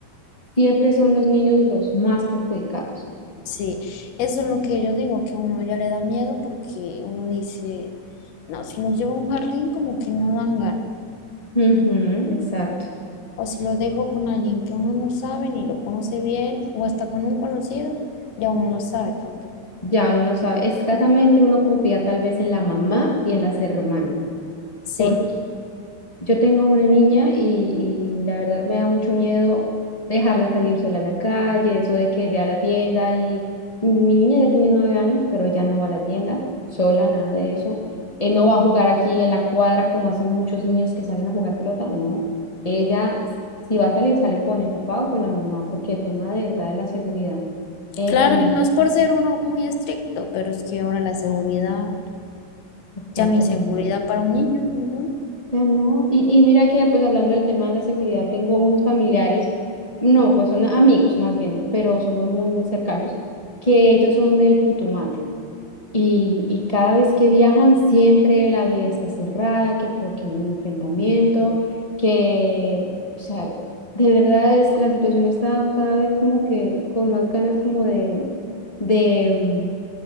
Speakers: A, on the left; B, on the left.
A: siempre son los niños los más perjudicados.
B: Sí, eso es lo que yo digo, que a uno ya le da miedo porque uno dice, no, si lo llevo a un jardín como que no dan ganas.
A: Ujú, exacto,
B: O si lo dejo con alguien que uno no sabe ni lo conoce bien, o hasta con un conocido, ya uno no sabe tampoco.
A: ya uno no sabe, escasamente uno confía tal vez en la mamá y en las hermanas.
B: Sí,
A: porque Yo tengo una niña y, y la verdad me da mucho miedo dejarla salir sola a la calle, eso de que ve a la tienda y y mi niña ya tiene nueve años, pero ya no va a la tienda sola, nada de eso. Eh, no va a jugar aquí en la cuadra como hacen muchos niños que salen a jugar pelota, no. Ella, s- si va a salir, sale con el papá o con la mamá, porque el tema de verdad de la seguridad eh,
B: claro,
A: en-
B: y no es por ser uno muy estricto, pero es que ahora la seguridad,
A: está
B: ya no
A: tremendo.
B: hay seguridad para un niño, ¿no?
A: Ya no, y, y mira que pues hablando del tema de la seguridad, tengo unos familiares, no, pues son amigos más bien, pero somos muy, muy cercanos, que ellos son del Putumayo. Y, y cada vez que viajan, siempre la vía está cerrada, que porque hubo un enfrentamiento, que, o sea, de verdad es, la situación está cada vez como que con más ganas como de, de, mm,